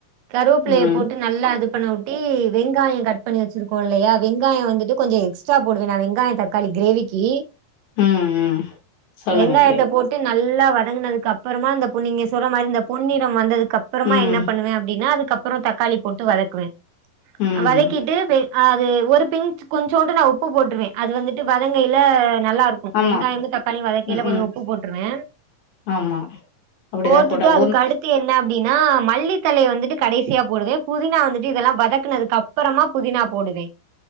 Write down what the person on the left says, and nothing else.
ம்
ம் ம் சொல்லுங்க
கே
ம்
ம்
ஆமா
ம்ம்
ஆமா அப்டிதா
போட்டா
ஒன்